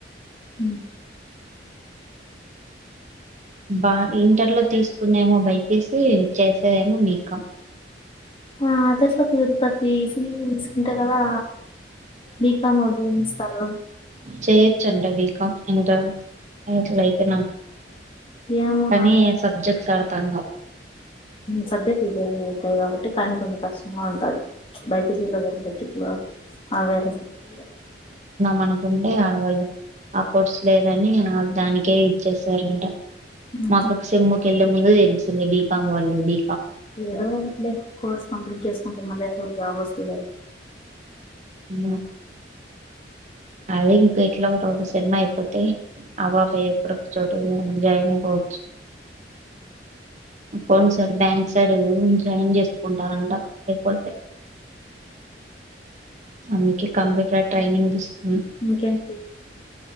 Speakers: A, on the left (about 30°); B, on the right (about 40°).
A: ఉ
B: బా ఇంటర్ లో తీసుకుందేమో బైపీసీ చేసేదేమో బీకామ్
A: ఆ అదట్లో కుదురుతుంది సిఈసి తీసుకుంటే కదా బీకామ్ అభ్యనిస్తారు
B: చేయొచ్చంట బీకాం ఇంటర్ ఇంటర్ అయిపోయినాక
A: ఏమో
B: కానీ
A: నాకు
B: సబ్జెక్ట్డ తగమ్
A: సబ్జెక్ట్ ఇ టైములో అవుతాయి కాబట్టి కానీ కొంచెం కష్టం బా ఉంటాది బైపీసీలో వేరే సబ్జెక్ట్లో ఆ వేరే సబ్జెక్ట్
B: మనుకుంటే ఆడవాళ్ళు ఆ కోర్స్ లేదని దానికే ఇచ్చేసారంట
A: సబ్జెక్ట్
B: మా అక్కకి సెంకెళ్లే ముందు తెలిసింది బీకాం వాళ్ళు బీ
A: ఏదో ఒకట్లే కోర్స్ కంప్లీట్ చేసుకుంటా మళ్ళీ ఏదో జాబ్ వస్తుందారు
B: ఉ అదే ఇంక ఇట్లా ఒక సేమ్ అయిపోతాయి ఆ పాప ఎప్పుడ ఒక చో ఏదయినా జయిన పోచ్చు account side bank side join చేసుకుంటారంట అయిపోతే అందుకే కంప్యూటర్ ట్రైనింగ్ ఇస్తును
A: ఇంకేంటి